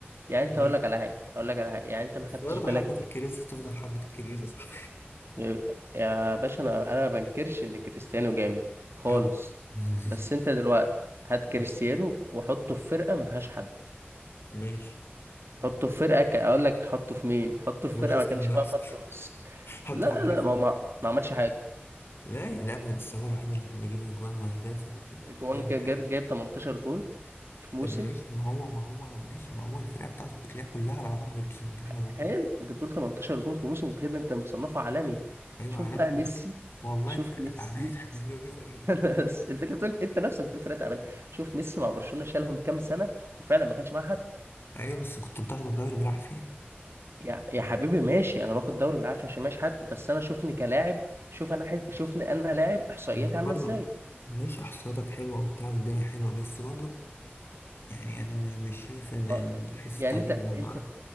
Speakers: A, on the right; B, on the left.
A: يعني
B: ماشي
A: انت اقول لك على حاجه اقول لك على حاجه يعني انت ما
B: بس
A: خدتش
B: برضه
A: بالك
B: حبة الكريزة تفضل حبة الكريزة صح
A: يا يا باشا انا انا ما بنكرش ان كريستيانو جامد خالص
B: أوي <laughs>
A: بس انت دلوقتي هات
B: ماشي
A: كريستيانو وحطه في فرقه ما فيهاش حد
B: ماشي
A: حطه في فرقة ك... اقول لك حطه في مين حطه في
B: مانشستر
A: فرقة ما كانش
B: يونايتد
A: فيها خط
B: <laughs>
A: نص
B: حتى
A: لا
B: مانشستر
A: لا ما هو ما, ما عملش حاجة
B: لا لا بس هو الوحيد اللي كان بيجيب اجوان واهداف وبيعمل
A: جوان جا-
B: حاجه
A: جاب جاب 18 جون في موسم
B: طب ماشي ما هو ما هو ماشي ما هو الفرقه بتاعته كلها كلها على بعضها ما جابتش 18 جول
A: حلو انت بتقول 18 جون في موسم كده انت مصنفه عالمي
B: ايوه
A: شوف
B: عالمي
A: بقى ميسي
B: والله
A: شوف
B: الفرقه
A: ميسي
B: تعبانه <laughs> عملوا له ايه طيب
A: <laughs> بس الفكره بتقول انت نفسك بتقول فرقه تعبانه شوف ميسي مع برشلونه شالهم كام سنه وفعلا ما كانش معاه حد
B: ايوه بس كنت بتاخد الدوري بالعافيه
A: يا يا حبيبي ماشي انا باخد دوري بالعافيه عشان ماشي حد بس انا شوفني كلاعب شوف انا حز... شوفني انا لاعب احصائياتي
B: إنه
A: عامله
B: برضه
A: ازاي
B: ماشي احصادك حلوه وبتاع والدنيا حلوه بس برضه يعني انا ما- مش شايف ان
A: ما-
B: الحس
A: يعني
B: التهديفي
A: انت انت
B: برضه عارف